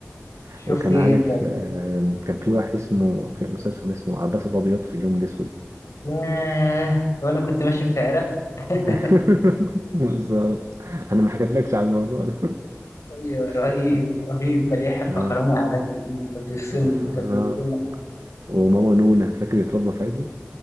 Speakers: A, on the left; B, on the right.
A: شفت
B: وكان
A: ايه
B: عارف
A: انت
B: آه، كان في واحد اسمه في مسلسل كان اسمه عباس الابيض في اليوم الاسود
A: ياه وانا كنت ماشي في العراق <laughs>
B: <laughs> بالظبط انا ما حكيتلكش على الموضوع ده
A: ايوه رهيب
B: <laughs>
A: رهيب كان يحيى الفقراني
B: اه
A: عالمي فيه كان بيفصلني
B: بصراحة اه
A: كان بيفصلني
B: وماما نونا فاكر اتربى في عزه